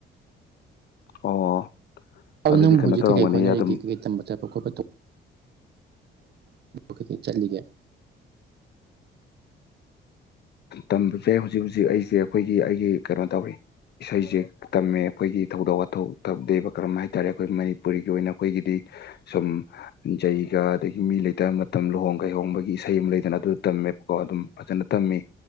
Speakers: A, on the left; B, on the right.
A: ꯑꯣ
B: ꯑꯗꯨ
A: ꯑꯗꯨꯗꯤ
B: ꯅꯪꯕꯨ
A: ꯀꯩꯅꯣ
B: ꯍꯧꯖꯤꯛ
A: ꯇꯧꯔꯝꯒꯅꯤ
B: ꯀꯩꯀꯩ ꯍꯣꯠꯅꯔꯤꯒꯦ
A: ꯑꯗꯨꯝ
B: ꯀꯩꯀꯩ ꯇꯝꯕ ꯆꯠꯄ ꯈꯣꯠꯄ <unintelligible> ꯀꯩꯀꯩ ꯆꯠꯂꯤꯒꯦ
A: ꯇꯝꯕꯖꯦ ꯍꯧꯖꯤꯛ ꯍꯧꯖꯤꯛ ꯑꯩꯖꯦ ꯑꯩꯈꯣꯏꯒꯤ ꯑꯩꯒꯤ ꯀꯩꯅꯣ ꯇꯧꯔꯤ ꯏꯁꯩꯖꯦ ꯇꯝꯃꯦ ꯑꯈꯣꯏꯒꯤ ꯊꯧꯗꯣꯛ ꯋꯥꯊꯣꯛ ꯇ ꯗꯦꯕ ꯀꯔꯝ ꯍꯥꯏꯇꯥꯔꯦ ꯑꯈꯣꯏ ꯃꯅꯤꯄꯨꯔꯤꯒꯤ ꯑꯣꯏꯅ ꯑꯈꯣꯏꯒꯤꯗꯤ ꯁꯨꯝ ꯖ ꯩꯒ ꯑꯗꯒꯤ ꯃꯤ ꯂꯩꯇꯕ ꯃꯇꯝ ꯂꯨꯍꯣꯡꯀꯩꯍꯣꯡꯕꯒꯤ ꯏꯁꯩ ꯑꯃ ꯂꯩꯗꯅ ꯑꯗꯨ ꯇꯝ <unintelligible> ꯑꯗꯨꯝ ꯐꯖꯅ ꯇꯝꯃꯤ